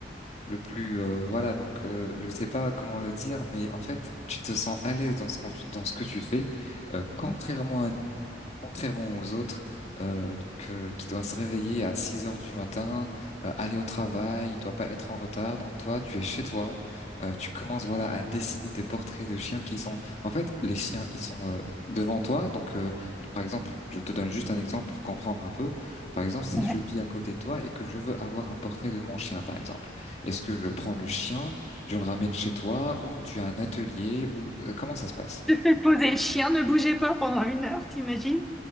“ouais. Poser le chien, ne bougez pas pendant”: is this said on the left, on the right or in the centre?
Centre